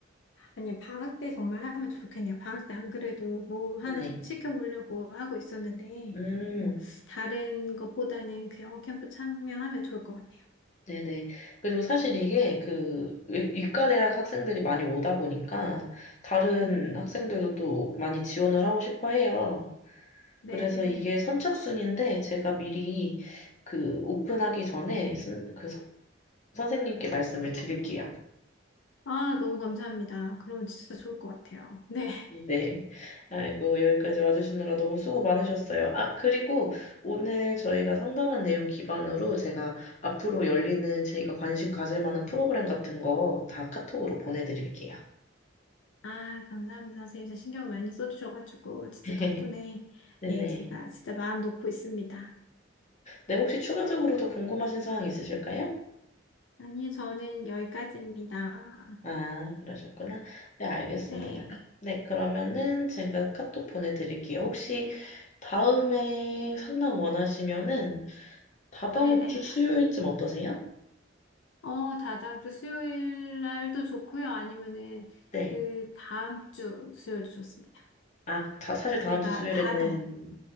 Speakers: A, on the left; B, on the left.
A: 아니, 방학 때 정말 하면 좋겠네요. 방학 때 안 그래도 뭐 하나
B: 네네.
A: 시켜보려고 하고 있었는데,
B: 음.
A: 뭐, 다른 것보다는 그 영어 캠프 참여하면 좋을 것 같아요.
B: 네네. 그리고 사실 이게 그 외- 이과 대학 학생들이 많이 오다 보니까 다른
A: 음,
B: 학생들도 또 많이 지원을 하고 싶어 해요.
A: 네.
B: 그래서 이게 선착순인데 제가 미리 그 오픈하기 전에 선, 그 서- 선생님께 말씀을 드릴게요.
A: 아, 너무 감사합니다. 그러면 진짜 좋을 것 같아요. 네.
B: 네. 아이고, 여기까지 와주시느라 너무 수고 많으셨어요. 아, 그리고 오늘 저희가 상담한 내용 기반으로 제가 앞으로 열리는 저희가 관심 가질 만한 프로그램 같은 거 다 카톡으로 보내드릴게요.
A: 아, 감사합니다. 선생님, 진짜 신경을 많이 써주셔가지고, 진짜
B: <laughs>
A: 덕분에,
B: 네네.
A: 예, 제가 진짜 마음 놓고 있습니다.
B: 네, 혹시 추가적으로 더 궁금하신 사항 있으실까요?
A: 아니, 저는 여기까지입니다.
B: 아, 그러셨구나. 네, 알겠습니다.
A: 네,
B: 네, 그러면은 제가 카톡 보내드릴게요. 혹시 다음에 상담 원하시면은 다다음
A: 네네.
B: 주 수요일쯤 어떠세요?
A: 어, 다 다음 주 수요일 날도 좋고요. 아니면은,
B: 네.
A: 그 다음 주 수요일도 좋습니다.
B: 아, 다, 사실 다음
A: 제가
B: 주 수요일에는
A: 다, 다,